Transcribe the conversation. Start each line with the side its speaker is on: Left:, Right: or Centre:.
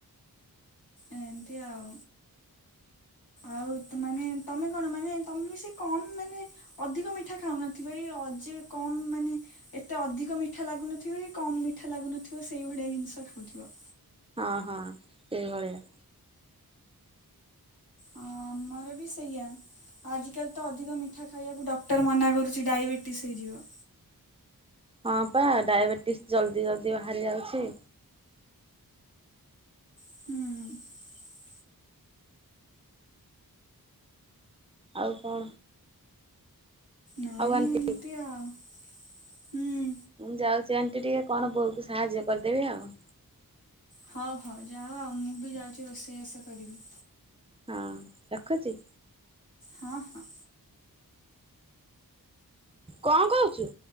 Left: ଏମତି ଆଉ। ଆଉ ତ ମାନେ ତମେ କଣ ମାନେ ତମେ ବି ସେ କମ୍ ମାନେ ଅଧିକ ମିଠା ଖାଉନଥିବେ ଅଜେ କମ୍ ମାନେ ଏତେ ଅଧିକ ମି ଠା ଲାଗୁନଥିବ କି କମ୍ ମିଠା ଲାଗୁନଥିବ ସେଇଭଳିଆ ଜିନିଷ ଖାଉଥିବ।
Right: ହଁ ହଁ ସେଇଭଳିଆ।
Left: ହଁ ଆମର ବି ସେଇଆ। ଆଜିକାଲି ତ ଅଧିକ ମିଠା ଖାଇବାକୁ ଡକ୍ଟର୍ ମନା କରୁଚି ଡାଇବେଟିସ୍ ହେଇଯିବ।
Right: ହଁ ପା ଡାଇବେଟିସ୍ ଜଲ୍ଦି ଜଲ୍ଦି ବାହାରି ଯାଉଛି।
Left: ହୁଁ।
Right: ଆଉ କଣ?
Left: ନାଇଁ
Right: ଆଉ ଆଣ୍ଟି
Left: ଏମତି ଆଉ ହୁଁ।
Right: ମୁଁ ଯାଉଚି ଆଣ୍ଟି ଟିକେ କଣ ବୋଉକୁ ସାହାଯ୍ୟ କରିଦେବି ଆଉ।
Left: ହଉ ହ ଯାଅ ଆଉ ମୁଁ ବି ଯାଉଚି ରୋଷେଇବାସ କରିବି।
Right: ହଁ ରଖୁଚି?
Left: ହଁ ହଁ।
Right: କଣ କହୁଚୁ?